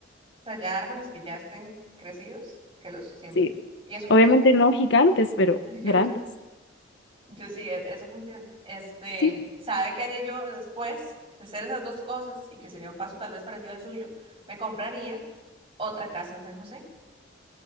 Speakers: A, on the right; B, on the left.
A: O sea, ya árboles que ya estén crecidos, que los siembren.
B: Sí,
A: Y eso funciona.
B: obviamente no gigantes, pero
A: <laughs> Yo,
B: grandes.
A: yo sí, e- eso funciona. Este,
B: Sí,
A: ¿sabe qué haría yo después de hacer esas dos cosas? Y que sería un paso tal vez parecido al suyo. Me compraría otra casa en San José